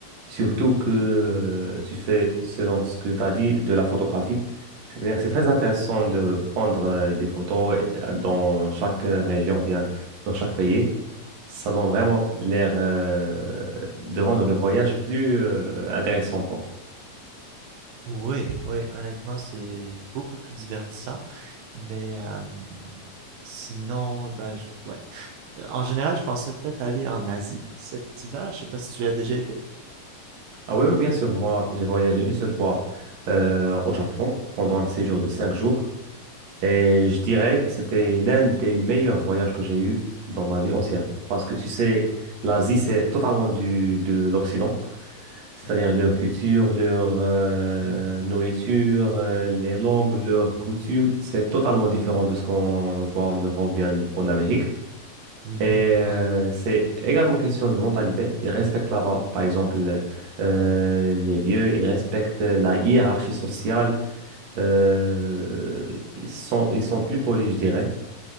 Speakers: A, on the right (about 50°); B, on the right (about 90°).
A: surtout que euh, tu fais, selon ce que tu as dit, de la photographie. C'est-à-dire, c'est très intéressant de prendre euh, des photos euh, dans chaque euh, région, ou bien dans chaque pays. Ça donne vraiment l'air euh, de rendre le voyage plus euh, intéressant, quoi.
B: Oui, oui, honnêtement, c'est beaucoup plus divertissant. Mais euh, sinon, ben, je- ouais. En général, je pensais peut-être aller en Asie cet hiver. Je sais pas si tu y as déjà été.
A: Ah oui, oui, bien sûr. Moi, j'ai voyagé une seule fois euh, au Japon pendant un séjour de cinq jours. Et je dirais, c'était l'un des meilleurs voyages que j'ai eu dans ma vie entière. Parce que tu sais, l'Asie, c'est totalement du, de l'Occident. C'est-à-dire leur culture, leur euh, nourriture, euh, les langues, leurs coutumes. C'est totalement différent de ce qu'on voit en Europe, bien en Amérique.
B: Mhm.
A: Et euh,
B: Ouais.
A: c'est également question de mentalité. Ils respectent là-bas, par exemple, euh, les vieux, ils respectent la hiérarchie sociale. Euh, ils sont, ils sont plus polis, je dirais.